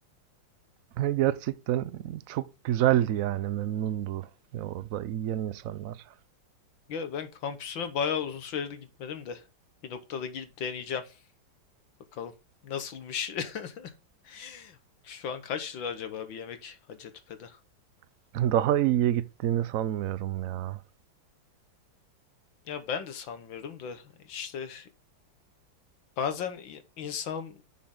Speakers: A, on the right (about 70°); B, on the left (about 70°).
A: Ha, Gerçekten çok güzeldi yani memnundu. Ya orada yiyen insanlar.
B: Ya ben kampüsüme bayağı uzun süredir gitmedim de. Bir noktada gidip deneyeceğim. Bakalım nasılmış. <laughs> Şu an kaç lira acaba bir yemek Hacettepe'de?
A: <laughs> Daha iyiye gittiğini sanmıyorum ya.
B: Ya ben de sanmıyorum da işte bazen insan